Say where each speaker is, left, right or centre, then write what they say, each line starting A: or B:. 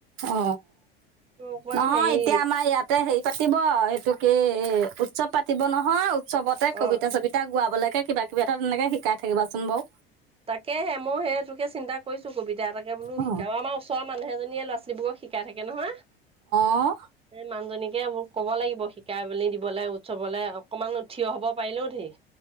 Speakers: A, on the right (about 60°); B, on the right (about 20°).
A: অ
B: অকমান
A: নহয়
B: হেৰি
A: এতিয়া আমাৰ ইয়াতে হেৰি পাতিব এইটো কে উৎসৱ পাতিব নহয়। চবতে কবিতা
B: অ'
A: চবিতা গোৱাবলৈকে কিবা কিবা এটা তেনেকে শিকাই থাকিবাচোন বাৰ।
B: তাকেহে মই সেই তোকে চিন্তা কৰিছো কবিতা দো এ তাকে বোল
A: অ
B: শিকাও। আমাৰ ওচৰৰ মানুহ এজনীয়ে'লৰা ছোৱালীবোৰক শিকাই থাকে নহয়।
A: অঁ
B: এই মানুহজনীকে মোৰ কব লাগিব শিকা বুলি দিবলৈ উৎসবলৈ অকনমান থিয় হব পাৰিলও ধেৰি